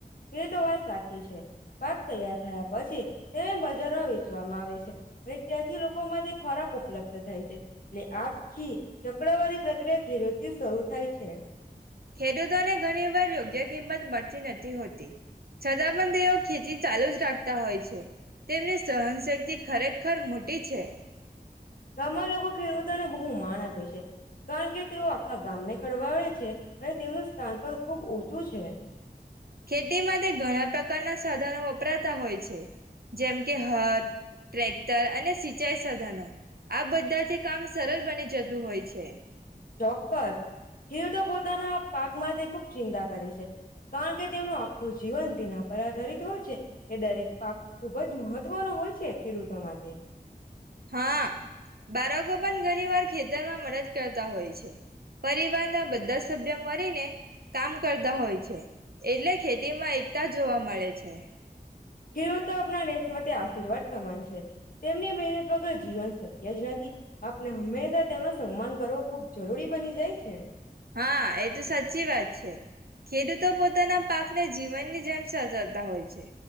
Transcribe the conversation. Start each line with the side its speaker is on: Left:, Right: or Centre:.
Left: એ તો વાત સાચી છે પાક તૈયાર થયા પ તે તેને બજારમાં વેચવામાં આવે છે અને ત્યાંથી લોકો માટે ખોરાક ઉપલબ્ધ થાય છે એટલે આ ખી ચક્રવારી પ્રક્રિયા ખેડથી શરૂ થાય છે
Right: ખેડૂતોને ઘણી વાર યોગ્ય કિંમત મળતી નથી હોતી છતાં પણ તેઓ ખેતી ચાલુ જ રાખતા હોય છે તેમની સહનશક્તિ ખરેખર મોટી છે
Left: ગામમાં લોકો ખેડૂતો ને હું માણ પશે <unintelligible> કારણ કે તેઓ આખા ગામને ખડવાડે છે, અને તેમનું સ્થાન પણ ખુબ ઊંચુ શું છે?
Right: ખેતી માટે ઘણા પ્રકાર પ્રકાર ના સાધનો વપરાતા હોય છે. જેમ કે હર, ટ્રેક્ટર અને સિંચાઈ ધનો આ બધાથી કામ સરળ બની જતું હોય છે.
Left: ચોક્કસ ખેડૂતો પોતાના પાકમાંથી ખુબ ચિંતા કરે છે, કારણ કે તેમનું આખું જીવન તેના પર આધારિત હોય છે, એ દરેક પાક ખુબ જ મહત્વનો હોય છે. ખેડૂતો માટે
Right: હા બાળકો પણ ઘણી વાર ખેતરમાં મદદ કરતા હોય છે. પરિવારના બધા સભ્ય મળરીને કામ કરતા હોય છે, એટલે ખેતીમાં એકતા જોવા મળે છે.
Left: હિર તો આપણા નિસ્મતે આ <unintelligible> શિરવાર સમાન છે. તેમની મહેનત વગર જીવન સક્ જ નથી આપને હંમેશા તેમ સમમાન કરો ખુબ જરૂરી બની જાય છે.
Right: હા એ તો સાચી વાત છે. ખેડૂતો પોતાના પાકને જીવનની જેમ સચવતા હોય છે,